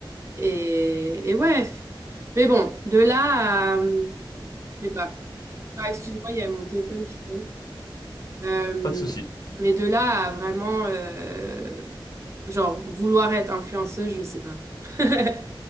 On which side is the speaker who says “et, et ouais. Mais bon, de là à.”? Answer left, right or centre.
Right